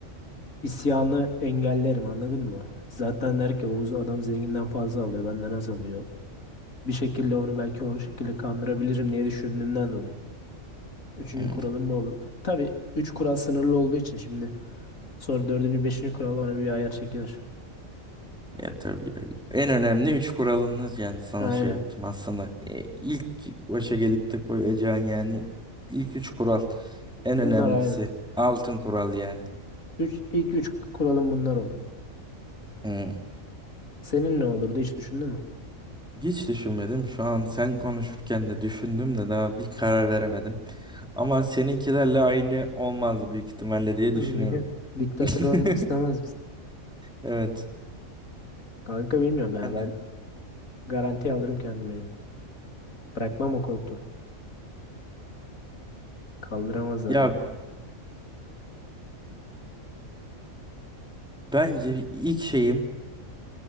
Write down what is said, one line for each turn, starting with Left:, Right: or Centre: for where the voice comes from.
Left: isyanı engellerim anladın mı? Zaten der ki bu adam zenginden fazla alıyor benden az alıyor. Bir şekilde onu belki o şekilde kandırabilirim diye düşündüğümden dolayı. Üçüncü
Centre: Hmm,
Left: kuralım bu olur. Tabii üç kural sınırlı olduğu için şimdi sonra dördüncü beşinci kuralda ona bir ayar çekilir.
Centre: ya tabii. En önemli üç kuralınız yani sana
Left: Aynen.
Centre: şey yaptım aslında e, ilk başa gelip de koyacağın yani ilk üç kural en
Left: Bunlar
Centre: önemlisi
Left: aynı.
Centre: altın kural yani.
Left: Üç, ilk üç kuralım bunlar olur mu?
Centre: Hmm.
Left: Senin ne olurdu hiç düşündün
Centre: Hiç düşünmedim. Şu an sen konuşurken de düşündüm de daha bir karar veremedim. Ama seninkilerle aynı olmaz büyük ihtimalle diye
Left: mü?
Centre: düşünüyorum.
Left: <laughs> Diktatör
Centre: <laughs>
Left: olmak istemez
Centre: Evet.
Left: Kanka bilmiyorum ya
Centre: Yani
Left: ben garanti alırım kendime ya. Bırakmam o koltuğu. Kaldıramazlar
Centre: ya
Left: beni.
Centre: bence ilk şeyim